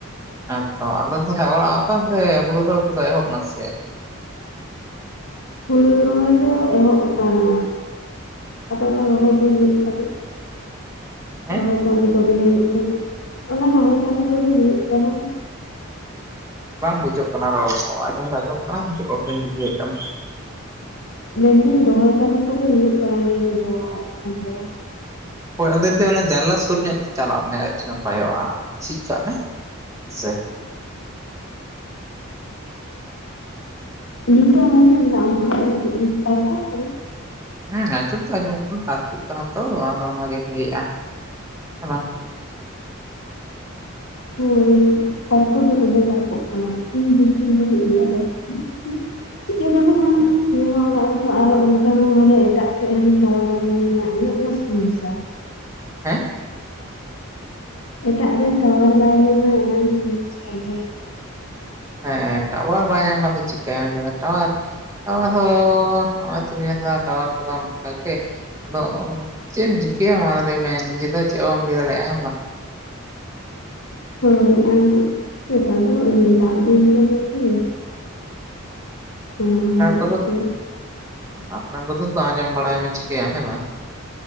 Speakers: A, on the right; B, on the left.
A: ᱦᱮᱸ ᱛᱚ ᱟᱫᱚ ᱛᱟᱦᱚᱞᱮ ᱚᱲᱟᱜᱯ ᱦᱩᱲᱩ ᱨᱚᱦᱚᱭ ᱠᱚᱫᱚ ᱮᱦᱚᱵ ᱱᱟᱥᱮ
B: ᱦᱩᱲᱩ ᱨᱚᱦᱚᱭ ᱫᱚ ᱮᱦᱚᱵ ᱟᱠᱟᱱᱟ ᱟᱛᱮ ᱦᱚᱸ ᱨᱚᱦᱚᱭ ᱜᱮ ᱦᱩᱭᱩᱜ ᱠᱟᱱᱟ
A: ᱦᱮᱸ
B: ᱨᱚᱦᱚᱭ ᱠᱟᱹᱢᱤ ᱠᱚ ᱦᱩᱭᱩᱜ ᱠᱟᱱᱟ ᱚᱱᱟ ᱨᱚᱦᱚᱭ ᱠᱟᱹᱢᱤ ᱠᱚᱜᱮ ᱦᱩᱭᱩᱜ ᱠᱟᱱᱟ
A: ᱵᱟᱝ ᱵᱩᱡᱷᱚᱹᱜ ᱠᱟᱱᱟ ᱨᱚᱲ ᱠᱚ ᱟᱸᱡᱚᱢ ᱫᱚ ᱟᱸᱚᱢᱚᱜ ᱠᱟᱱᱟᱝ ᱪᱮᱜ ᱨᱚᱲ ᱵᱟᱹᱧ ᱵᱩᱡᱷᱟᱹᱣᱮᱫ ᱛᱟᱢᱟ
B: ᱢᱮᱱᱫᱟᱹᱧ ᱨᱚᱦᱚᱭ ᱠᱟᱹᱢᱤ ᱠᱚᱜᱮ ᱦᱩᱭᱩᱜ ᱠᱟᱱᱟ ᱱᱤᱭᱟᱹ ᱫᱚ <unintelligible> ᱫᱚ
A: ᱦᱳᱭ ᱟᱫᱚᱝ ᱫᱟᱹᱝ ᱚᱱᱟ ᱡᱟᱱᱞᱟ ᱥᱳᱨ ᱧᱚᱜ ᱛᱮ ᱪᱟᱞᱟᱜ ᱢᱮ ᱟᱪᱪᱷᱟ ᱱᱟᱯᱟᱭᱚᱜᱼᱟ ᱡᱷᱤᱠ ᱠᱟᱜ ᱢᱮ ᱥᱮ
B: ᱱᱤᱛ ᱫᱚᱢ ᱟᱸᱡᱚᱢ ᱫᱟ ᱟᱢ <unintelligible> ᱛᱟᱨᱠᱳᱜ ᱠᱟᱱᱟ
A: ᱦᱮᱸ ᱟᱸᱡᱚᱢ ᱛᱚ ᱟᱸᱡᱚᱢᱚᱜ ᱠᱟᱱᱟ ᱛᱟᱨᱯᱩᱜ ᱠᱟᱱᱟ ᱛᱚ ᱟᱫᱚ ᱚᱱᱟᱜᱤᱧ ᱞᱟᱹᱭᱮᱜᱼᱟ ᱦᱮᱸ ᱵᱟᱝ <inaudible>
B: ᱦᱳᱭ ᱛᱟᱨᱠᱚ ᱫᱚ ᱫᱚᱢᱮ ᱛᱟᱨᱠᱚᱜ ᱠᱟᱱᱟ ᱤᱧ ᱼ <unintelligible> ᱼᱼ ᱪᱤᱠᱟᱹ ᱵᱟᱹᱱᱩᱜᱼᱟ ᱱᱚᱣᱟ ᱚᱲᱟᱜ ᱨᱮᱫᱚ ᱟᱨ ᱦᱚᱸ ᱚᱱᱠᱟ ᱦᱚᱸ ᱢᱟᱱᱮ ᱮᱴᱟᱜ ᱦᱟᱹᱱᱮ ᱴᱟᱣᱟᱨ ᱵᱟᱭ ᱧᱟᱢᱟ ᱚᱱᱟᱹᱜ ᱚᱱᱟ ᱠᱩᱭᱟᱥᱟ
A: ᱮᱸ
B: ᱮᱴᱟᱜ ᱨᱮ ᱴᱟᱣᱟᱨ ᱵᱟᱭ ᱧᱟᱢᱟ ᱚᱱᱟᱜᱮ ᱥᱚᱢᱚᱥᱥᱟ ᱫᱚ
A: ᱦᱮᱸ ᱴᱟᱣᱟᱨ ᱵᱟᱭ ᱧᱟᱢ ᱠᱟᱱ ᱫᱚ ᱪᱤᱠᱟᱹᱭᱟᱢ ᱞᱮᱢᱮ ᱴᱟᱣᱟᱨ ᱟᱨᱦᱚᱸ ᱱᱚᱜᱼᱚᱭ ᱛᱚ ᱧᱮᱞ ᱫᱟ ᱴᱟᱣᱟᱨ ᱠᱚᱫᱚ ᱱᱚᱝᱠᱟ ᱜᱮ ᱟᱫᱚ ᱪᱮᱜ ᱮᱢ ᱪᱤᱠᱟᱹᱭᱟ ᱢᱟ ᱨᱮ ᱢᱮ ᱱᱤᱡᱮ ᱫᱚ ᱪᱮᱜ ᱦᱚᱸ ᱵᱟᱢ ᱞᱮ ᱫᱟᱲᱮᱭᱟᱜᱼᱟ ᱦᱮᱸ ᱵᱟᱝ <inaudible>
B: ᱦᱳᱭ ᱟᱨ ᱱᱮᱛᱟᱨ ᱫᱚ ᱤᱭᱟᱹ ᱫᱟᱜ ᱫᱤᱱ ᱠᱟᱱᱟ ᱥᱮ ᱚᱱᱟ ᱦᱚᱛᱮᱡ
A: ᱟᱯᱱᱟᱨ ᱠᱚᱫᱚ
B: ᱛᱮ
A: ᱟᱯᱱᱟᱨ ᱠᱚᱫᱚ ᱟᱸᱡᱚᱢ ᱵᱟᱲᱟᱭ ᱢᱮ ᱪᱤᱠᱟᱭᱟᱢ ᱦᱮᱸ ᱵᱟᱝ